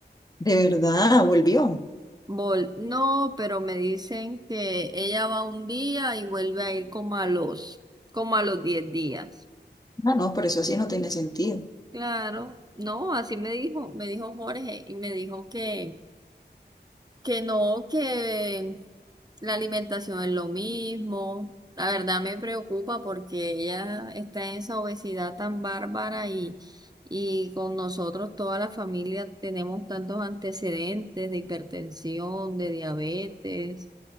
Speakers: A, on the left; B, on the right.
A: de verdad, volvió.
B: Vol- no, pero me dicen que ella va un día y vuelve a ir como a los, como a los 10 días.
A: Ah, no, pero eso sí no tiene sentido.
B: Claro, no, así me dijo, me dijo Jorge y me dijo que Que no, que la alimentación es lo mismo. La verdad me preocupa porque ella está en esa obesidad tan bárbara y, y con nosotros, toda la familia, tenemos tantos antecedentes de hipertensión, de diabetes,